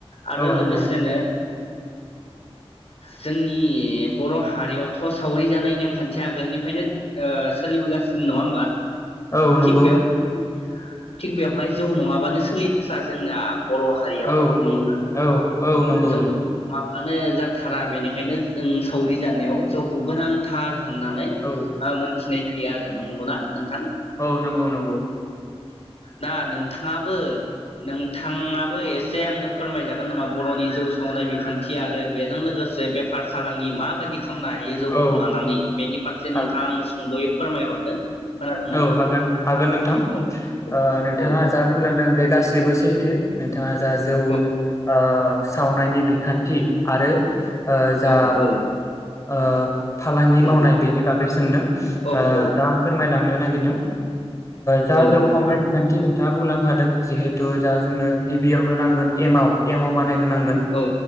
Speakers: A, on the left (about 80°); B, on the left (about 30°).
A: आरो
B: औ
A: लोगोसेनो
B: नंगौ
A: जोंनि बर' हा हारियावथ' सावरि जानाय नेमखान्थिया आगोलनिफ्रायनो ओ सोलिबोगासिनो नङा होनबा
B: औ नंगौ
A: थिग बेयावबो थिग बेवहाय जौ नङाबानो सोलिथ्रा जोंना बर' हारियाव
B: औ
A: नंगौना
B: औ औ नंगौ
A: जों
B: नंगौ
A: माने जाथारा बेनिखायनो जों सावरि जानायाव जौखौ गोनांथार। होननानै
B: औ
A: मोनथिनाय <unintelligible> आरो नंगौना नोंथां
B: औ नंगौ नंगौ।
A: दा नोंथाङाबो नोंथाङाबो एसे आंनो फोरमायजागोन नामा बर'नि जौ सावनाय बिखान्थि आरो बेजों लोगोसे बेफार फालांगि माबायदि खामनो हायो जौखौ
B: औ
A: लानानै। बेनि फारसे
B: हागोन
A: नोंथाङा आं सुंदयै फोरमायहरदो। खोनादोंना
B: औ हागोन हागोन नोंथां
A: औ
B: नोंथाङा
A: औ
B: जा बुंलांदों बे गासिबो सैथो। बिथाङा जा जौ
A: औ
B: ओ सावनायनि बिखान्थि आरो ओ जा
A: औ औ
B: ओ फालांगि
A: नंगौ
B: मावनाय बेनि बागै सोंदों
A: औ
B: ओ
A: औ
B: दा आं फोरमायलां नो नागिरदों जा
A: औ
B: जौ
A: औ
B: खावनाय बिखान्थि नोंथाङा बुंलां दों जिहे जोंनो गिबियावनो नांगोन एमाव एमाव बानाय ग्रो नांगोन
A: औ